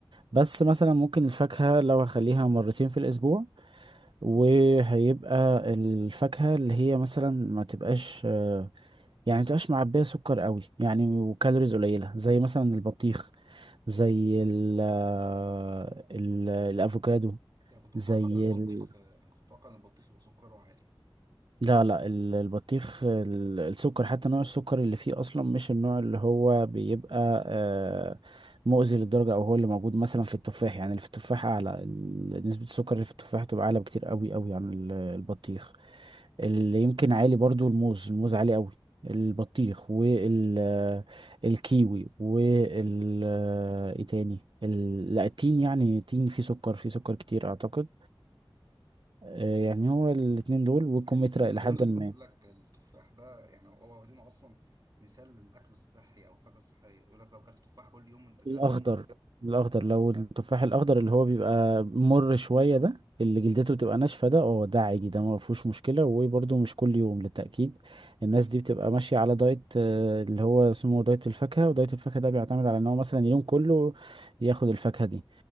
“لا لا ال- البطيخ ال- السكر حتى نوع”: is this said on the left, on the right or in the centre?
Right